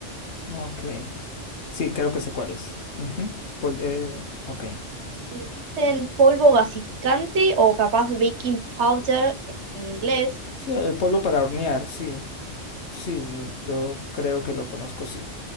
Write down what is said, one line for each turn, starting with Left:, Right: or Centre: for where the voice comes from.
Left: ok. Sí, creo que sé cuál es. Ujú. Pol- eh, ok.
Right: Le dicen polvo gasificante o capaz baking powder en inglés.
Left: Sí, el polvo para hornear, sí. Sí, no, yo creo que lo conozco, sí.